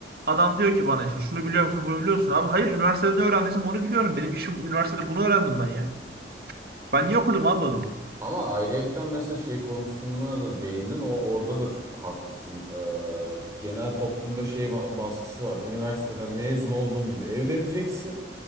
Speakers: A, on the right; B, on the right.
A: Adam diyor ki bana işte şunu biliyor musun bunu biliyor musun? Abi hayır üniversitede ne öğrendiysem onu biliyorum. Benim işim üniversitede bunu öğrendim ben ya. Ben niye okudum abi o zaman?
B: Ama ayrıyetten mesela şey konusuna da değindin. O orada da ç- haklısın. Ee, genel toplumda şey ma- baskısı var. Üniversiteden mezun olduğun gibi evleneceksin.